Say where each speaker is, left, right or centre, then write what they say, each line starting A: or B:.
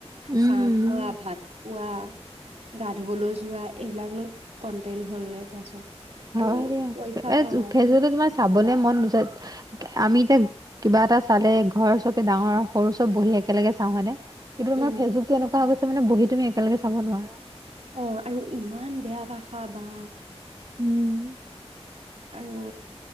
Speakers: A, on the right; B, on the right.
A: উম
B: চাহ খোৱা ভাত খ পোৱা গা ধুবলৈ যোৱা এইবিলাকনো কণ্টেণ্ট হ'লনে কোৱাচোন আৰু
A: হয় দিয়া,
B: পইচা
A: এ ফেচবুকটো
B: অ
A: তোমাৰ চাবলে মন নোযায় আমি এতিয়া কিবা এটা চালে ঘৰ চবে ডাঙৰ সৰু চব বহি একেলগে চাওঁ হয়নে কিন্তু তোমাৰ
B: উম
A: ফেচবুকটো এনেকুৱা হৈ গৈছে মানে বহি তুমি একেলগে চাব নোৱাৰা।
B: অ আৰু ইমান বেয়া ভাষা বা
A: উম।
B: আৰু